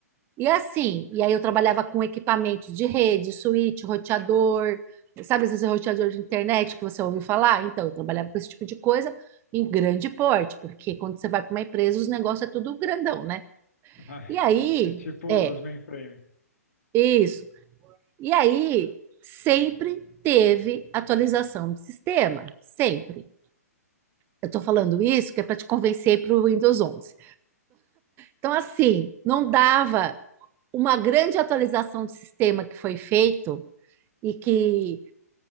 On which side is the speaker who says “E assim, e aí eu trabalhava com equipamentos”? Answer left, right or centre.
Right